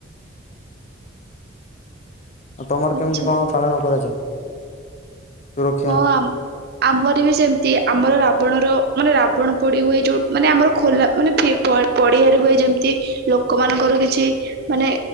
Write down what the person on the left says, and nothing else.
ଆଉ ତମର
କେମିତି କଣ ପାଳନ କରାଯାଏ? ସୁରକ୍ଷା?